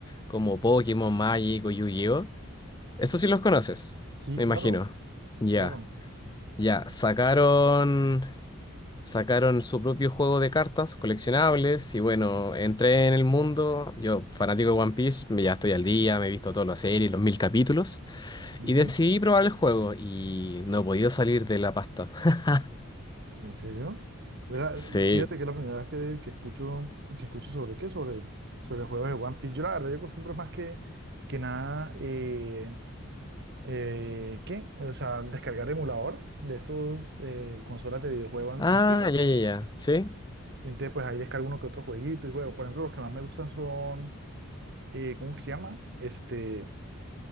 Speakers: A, on the left; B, on the right.
A: como Pokémon, Magic o Yu-Gi-Oh. Eso sí los conoces,
B: Sí,
A: me
B: claro,
A: imagino. Ya,
B: claro.
A: ya. Sacaron, sacaron su propio juego de cartas coleccionables y bueno, entré en el mundo. Yo, fanático de One Piece, me ya estoy al día, me he visto todas las series, los mil capítulos.
B: Ujú.
A: Y decidí probar el juego y no he podido salir de la pasta. <laughs>
B: ¿En serio? Mira,
A: Sí.
B: fíjate que es la primera vez que, que escucho, que escucho sobre qué, sobre, sobre el juego de One Piece. Yo la verdad, yo acostumbro más que, que nada eh, eh, ¿qué? O sea, descargar emuladores de estos eh, consolas de videojuegos an-
A: Ah,
B: antiguos.
A: ya, ya, ya. ¿Sí?
B: Y Entonces, pues ahí descargo uno que otro jueguito y juego. Por ejemplo, los que más me gustan son, eh, ¿cómo que se llama? Este,